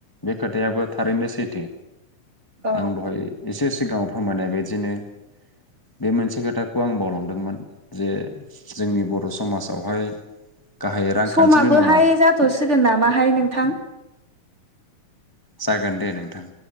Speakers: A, on the left (about 15°); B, on the right (about 25°).
A: बे खोथायाबो थारैनो सैथो।
B: औ
A: आं दहाय एसे सिगाङाव फोरमायनाय बायदिनो बे मोनसे खोथाखौ आं बावलांदोंमोन जे जोंनि बर' समाजावहाय गाहाय रांखान्थिल'
B: समाबोहाय
A: नङा
B: जाथ'सिगोन नामाहाय नोंथां।
A: जागोन दे नोंथां।